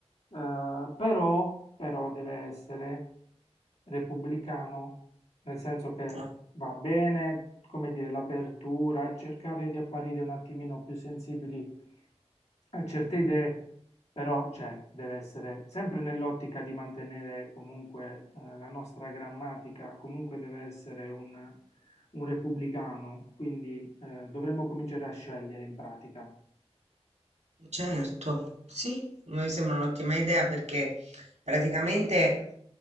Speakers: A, on the left; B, on the right.
A: eh, però, però deve essere repubblicano, nel senso che
B: Eh,
A: va bene, come dire, l'apertura e cercare di apparire un attimino più sensibili a certe idee, però cioè, deve essere sempre nell'ottica di mantenere comunque eh, la nostra grammatica, comunque deve essere un un repubblicano, quindi, ehm, dovremmo cominciare a scegliere in pratica.
B: certo, sì, mi sembra un'ottima idea perché praticamente.